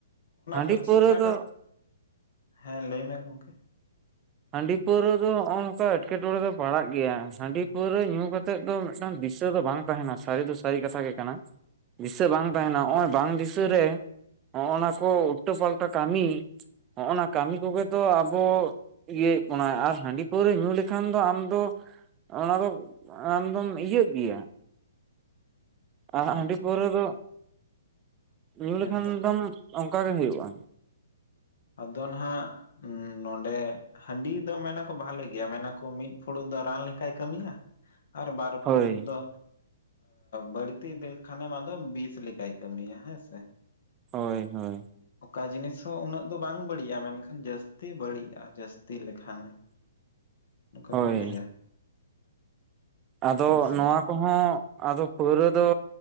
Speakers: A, on the right (about 20°); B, on the left (about 60°).
A: ᱦᱟᱺᱰᱤ
B: ᱠᱚ
A: ᱯᱟᱹᱣᱨᱟᱹ
B: ᱪᱮᱫᱠᱟ
A: ᱫᱚ
B: ᱠᱟᱛᱮ ᱦᱮᱸ ᱞᱟᱹᱭ ᱢᱮ ᱜᱚᱢᱠᱮ᱾
A: ᱦᱟᱺᱰᱤ ᱯᱟᱹᱣᱨᱟᱹ ᱫᱚ ᱱᱚᱜ-ᱱᱚᱝᱠᱟ ᱮᱴᱠᱮᱴᱚᱸᱬᱮ ᱫᱚ ᱯᱟᱲᱟᱜ ᱜᱮᱭᱟ ᱦᱟᱺᱰᱤ ᱯᱟᱹᱣᱨᱟᱹ ᱧᱩ ᱠᱟᱛᱮᱫ ᱫᱚ ᱢᱤᱫᱴᱟᱝ ᱫᱤᱥᱟᱹ ᱫᱚ ᱵᱟᱝ ᱛᱟᱦᱮᱱᱟ, ᱥᱟᱹᱨᱤ ᱫᱚ ᱥᱟᱹᱨᱤ ᱠᱟᱛᱷᱟ ᱜᱮ ᱠᱟᱱᱟ ᱫᱤᱥᱟᱹ ᱵᱟᱝ ᱛᱟᱦᱮᱱᱟ ᱱᱚᱜ-ᱚᱭ ᱵᱟᱝ ᱫᱤᱥᱟᱹ ᱨᱮ ᱦᱚᱜ-ᱱᱟ ᱠᱚ ᱩᱞᱴᱟᱹ ᱯᱟᱞᱴᱟ ᱠᱟᱹᱢᱤ ᱦᱚᱜᱱᱟ ᱠᱟᱹᱢᱤ ᱠᱚᱜᱮ ᱛᱚ ᱟᱵᱚ ᱤᱭᱟᱹᱭᱮᱫ ᱵᱚᱱᱟᱭ ᱟᱨ ᱦᱟᱺᱰᱤ ᱯᱟᱹᱣᱨᱟᱹ ᱧᱩ ᱞᱮᱠᱷᱟᱱ ᱫᱚ ᱟᱢᱫᱚ ᱚᱱᱟ ᱫᱚ ᱟᱢᱫᱚᱢ ᱤᱭᱟᱹᱜ ᱜᱮᱭᱟ᱾ ᱟᱨ
B: ᱦᱩᱸ
A: ᱦᱟᱺᱰᱤ ᱯᱟᱹᱣᱨᱟᱹ ᱫᱚ ᱧᱩ
B: ᱦᱮᱸᱛᱚ
A: ᱞᱮᱠᱷᱟᱱ ᱫᱚᱢ ᱚᱱᱠᱟ ᱜᱮ ᱦᱩᱭᱩᱜ-ᱟ᱾
B: ᱟᱫᱚ ᱱᱟᱦᱟᱜ ᱱᱚᱸᱰᱮ᱾ ᱦᱟᱺᱰᱤ ᱫᱚ ᱢᱮᱱᱟᱠᱚ ᱵᱷᱟᱞᱮ ᱜᱮᱭᱟ ᱢᱮᱱᱟᱠᱚ ᱢᱤᱫ ᱯᱷᱩᱲᱩᱜ ᱫᱚ ᱨᱟᱱ ᱞᱮᱠᱟᱭ ᱠᱟᱹᱢᱤᱭᱟ᱾ ᱟᱨ ᱵᱟᱨ
A: ᱦᱳᱭ
B: ᱯᱷᱩᱲᱩᱜ ᱫᱚ ᱵᱟᱹᱲᱛᱤ ᱤᱫᱤ ᱞᱮᱠᱷᱟᱱᱮᱢ ᱟᱫᱚ ᱵᱤᱥ ᱞᱮᱠᱟᱭ ᱠᱟᱹᱢᱤᱭᱟ ᱦᱮᱸ ᱥᱮ᱾
A: ᱦᱳᱭ ᱦᱳᱭ
B: ᱚᱠᱟ ᱡᱤᱱᱤᱥ ᱦᱚᱸ ᱩᱱᱟᱹᱜ ᱫᱚ ᱵᱟᱝ ᱵᱟᱹᱲᱤᱡᱟ, ᱢᱮᱱᱠᱷᱟᱱ ᱡᱟᱹᱥᱛᱤ ᱵᱟᱹᱲᱤᱡᱟ ᱡᱟᱹᱥᱛᱤ ᱞᱮᱠᱷᱟᱱ᱾ ᱱᱚᱠᱟ
A: ᱦᱳᱭ
B: ᱠᱚ ᱞᱟᱹᱭᱟ᱾
A: ᱟᱫᱚ
B: ᱦᱮᱸᱥᱮ
A: ᱱᱚᱣᱟ ᱠᱚᱦᱚᱸ ᱟᱫᱚ ᱯᱟᱹᱣᱨᱟᱹ ᱫᱚ